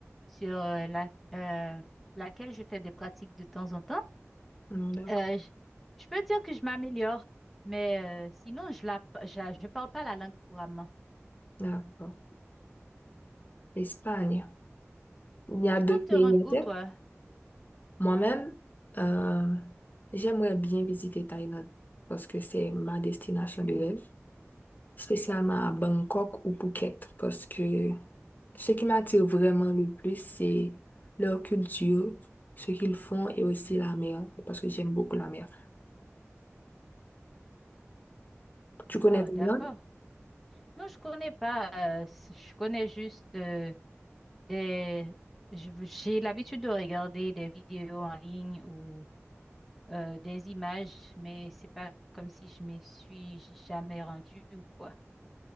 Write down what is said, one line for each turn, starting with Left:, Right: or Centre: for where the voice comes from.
Centre: sur euh, la, euh, laquelle je fais des pratiques de temps en temps.
Left: Hmm, D'accord.
Centre: Euh, je, je peux dire que je m'améliore, mais euh, sinon je la je, je parle pas la langue couramment.
Left: D'accord. Espagne. Il y a
Centre: Tu
Left: d'autres
Centre: comptes te
Left: pays
Centre: rendre
Left: en
Centre: où
Left: tête.
Centre: toi?
Left: Moi-même, euh, j'aimerais bien visiter Thaïlande parce que c'est ma destination de rêve. spécialement à Bangkok ou Phuket, parce que ce qui m'attire vraiment le plus, c'est leur culture, ce qu'ils font et aussi la mer, parce que j'aime beaucoup la mer. Tu connais
Centre: Oh,
Left: Thaïlande?
Centre: d'accord. Non, je connais pas. euh, c- je connais juste euh, des. je- J'ai l'habitude de regarder des vidéos en ligne ou euh, des images, mais c'est pas comme si je m'y suis jamais rendue ou quoi.